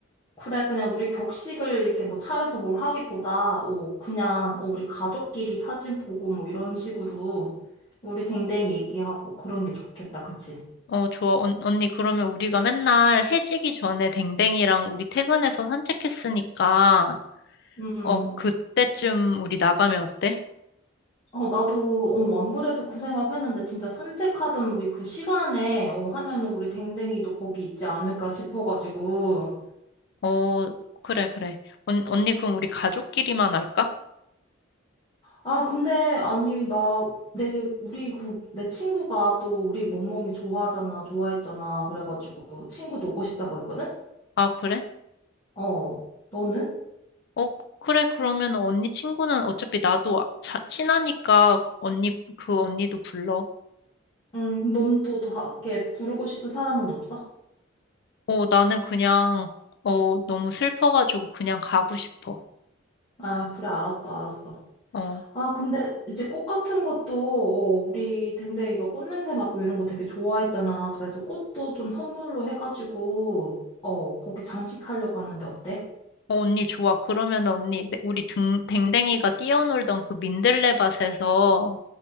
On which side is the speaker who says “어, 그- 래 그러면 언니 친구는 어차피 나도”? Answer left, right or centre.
Left